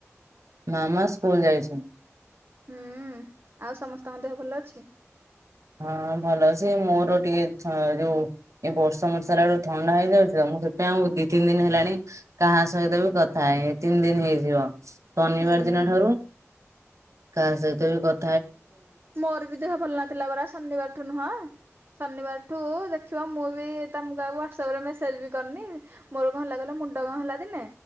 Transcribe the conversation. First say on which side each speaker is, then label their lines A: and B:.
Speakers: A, on the right (about 80°); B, on the right (about 45°).
A: ମାମା ସ୍କୁଲ ଯାଇଛି।
B: ହୁଁଉ ଆଉ ସମସ୍ତଙ୍କ ଦେହ ଭଲ ଅଛି।
A: ହଁ ଭଲ ସେ ମୋର ଟିକେ ହ ଯୋଉ ଏ ବର୍ଷ ମର୍ଷା ହେଲାଳକୁ ଥଣ୍ଡା ହେଇଯାଉଚି ତ ମୁଁ ସେ ତ ତେଉଁ ଦି ତିନି ଦିନ ହେଲାଣି କାହା ସହିତ ବି କଥା ହେଇ ତିନି ଦିନ ହେଇଯିବ। ଶନିବାର
B: ହୁଁ।
A: ଦିନ ଠାରୁ କାହା ସହିତ ବି କଥ
B: ମୋର ବି ଦେହ ଭଲ ନଥିଲା ପରା ଶନିବାରଠୁ ନୁହଁ ଶନିବାରଠୁ ଦେଖ ଖିବ ମୁଁ ବି ତମକୁ ଆଉ ହ୍ୱାଟସଆପ୍ରେ ମେସେଜ୍ ବି କରିନି ମୋର କନ୍ ହେଲା କଲ ମୁଣ୍ଡ କ ହେଲା ଦିନେ